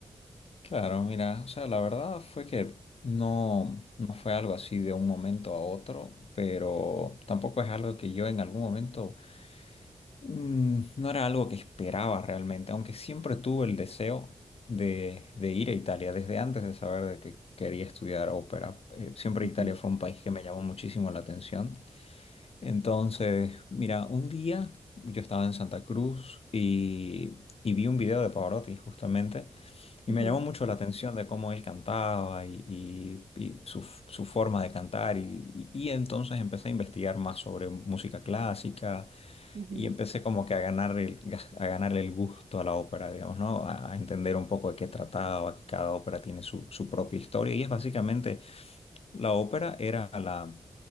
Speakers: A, on the left; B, on the right.
A: Claro, mira, o sea, la verdad fue que no, no fue algo así de un momento a otro, pero tampoco es algo que yo en algún momento, mm, no era algo que esperaba realmente, aunque siempre tuve el deseo de, de ir a Italia desde antes de saber de que quería estudiar ópera. Eh, siempre
B: Ujú,
A: Italia fue un país que me llamó muchísimo la atención. Entonces, mira, un día yo estaba en Santa Cruz y, y vi un video de Pavarotti justamente
B: ujú,
A: y me llamó mucho la atención de cómo él cantaba y, y- y su, su forma de cantar y, y- y entonces empecé a investigar más sobre música clásica
B: ujú,
A: y empecé como que a ganar el, a ganarle el gusto a la ópera, digamos, ¿no? A, a entender un poco de qué trataba, que cada ópera tiene su, su propia historia y es básicamente, la ópera era la